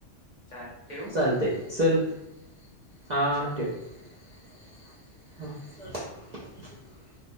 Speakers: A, on the left (about 45°); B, on the right (about 55°).
A: चालेल ठेवू
B: चालतय. सल्फ ह
A: हा चल
B: ट <unintelligible> ह <unintelligible>